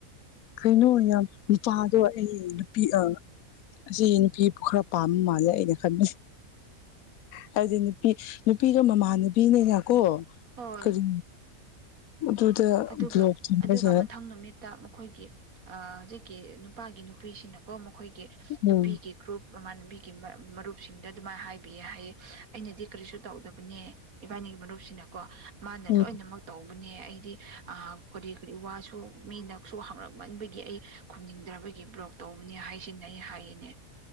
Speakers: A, on the left (about 80°); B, on the right (about 75°).
A: ꯀꯩꯅꯣ ꯌꯥꯝ ꯅꯨꯄꯥꯗꯣ ꯑꯩ ꯅꯨꯄꯤ ꯑꯁꯤ ꯅꯨꯄꯤꯕꯨ ꯈꯔ ꯄꯥꯝꯕ ꯃꯥꯜꯂꯦ ꯑꯩꯅ ꯈꯟꯕ ꯍꯥꯏꯗꯤ ꯅꯨꯄꯤ ꯅꯨꯄꯤꯗ ꯃꯃꯥꯟꯅꯕꯤꯅꯤꯅꯀꯣ
B: ꯍꯣꯏ
A: ꯀꯔꯤ ꯑꯗꯨꯗ
B: ꯑꯗꯨꯒ
A: ꯕ꯭ꯂꯣꯛ ꯊꯝꯕꯁꯦ
B: ꯑꯗꯨꯒ ꯃꯊꯪ ꯅꯨꯃꯤꯠꯇ ꯃꯈꯣꯏꯒꯤ ꯍꯧꯖꯤꯛꯀꯤ ꯅꯨꯄꯥꯒꯤ ꯅꯨꯄꯤꯁꯤꯅꯀꯣ ꯃꯈꯣꯏꯒꯤ
A: ꯎꯝ
B: ꯅꯨꯄꯤꯒꯤ ꯒ꯭ꯔꯨꯞ ꯃꯃꯥꯟꯅꯕꯤꯒꯤ ꯃꯔꯨꯞꯁꯤꯡꯗ ꯑꯗꯨꯃꯥꯏꯅ ꯍꯥꯏꯕꯤꯌꯦ ꯍꯥꯏꯌꯦ ꯑꯩꯅꯗꯤ ꯀꯔꯤꯁꯨ ꯇꯧꯗꯕꯅꯦ ꯏꯕꯥꯅꯤ ꯑꯩ ꯃꯔꯨꯞꯁꯤꯅꯀꯣ ꯃꯥꯅ
A: ꯎꯝ
B: ꯂꯣꯏꯅꯃꯛ ꯇꯧꯕꯅꯦ ꯑꯩꯗꯤ ꯑ ꯀꯔꯤ ꯀ ꯋꯥꯁꯨ ꯃꯤꯅꯁꯨ ꯍꯥꯡꯉꯛꯃꯟꯕꯒꯤ ꯑꯩ ꯈꯨꯝꯅꯤꯡꯗ꯭ꯔꯕꯒꯤ ꯕ꯭ꯂꯣꯛ ꯇꯧꯕꯅꯤ ꯍꯥꯏꯁꯤꯅ ꯑꯩ ꯍꯥꯏꯌꯦꯅꯦ